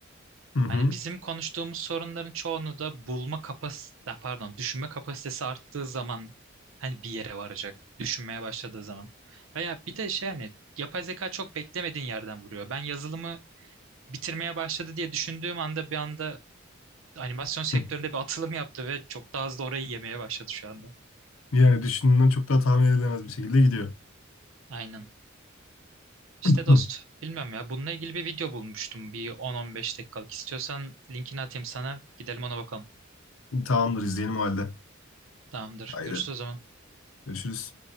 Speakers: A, on the left; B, on the right.
A: hı, hı,
B: Hani bizim konuştuğumuz sorunların çoğunu da bulma kapasitesi, pardon, düşünme kapasitesi arttığı zaman hani bir yere varacak. Düşünmeye başladığı zaman. Veya bir de şey hani yapay zeka çok beklemediğin yerden vuruyor. Ben yazılımı bitirmeye başladı diye düşündüğüm anda bir anda animasyon sektöründe
A: hı.
B: bir atılım yaptı ve çok daha hızlı orayı yemeye başladı şu anda.
A: Yani düşündüğünden çok daha tahmin edilemez bir şekilde gidiyor.
B: Aynen. İşte
A: Hı.
B: dost, bilmiyorum ya. Bununla ilgili bir video bulmuştum. Bir 10-15 dakikalık. İstiyorsan linkini atayım sana. Gidelim ona bakalım.
A: Tamamdır izleyelim o halde.
B: Tamamdır.
A: Haydi
B: Görüşürüz o zaman.
A: görüşürüz.